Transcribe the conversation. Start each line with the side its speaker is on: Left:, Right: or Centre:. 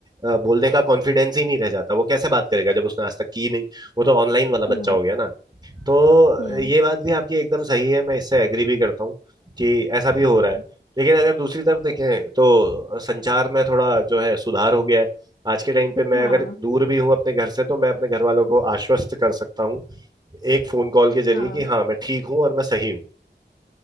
Right: अ, बोलने का कॉन्फिडेंस ही नहीं रह जाता वो कैसे बात करेगा जब उसने आज तक की नहीं वो तो ऑनलाइन वाला बच्चा
Left: हम्म
Right: हो गया ना तो
Left: हम्म
Right: ये बात भी आपकी एकदम सही है मैं इससे एग्री भी करता हूँ कि ऐसा भी
Left: हम्म।
Right: हो रहा है लेकिन अगर दूसरी तरफ देखें तो संचार में थोड़ा जो है सुधार हो गया है आज के टाइम पे मैं
Left: हाँ
Right: अगर दूर भी हूँ अपने घर से तो मैं अपने घर वालों को आश्वस्त कर सकता हूँ एक फोन कॉल के जरिए
Left: हाँ
Right: कि हाँ मैं ठीक हूँ और मैं सही हूँ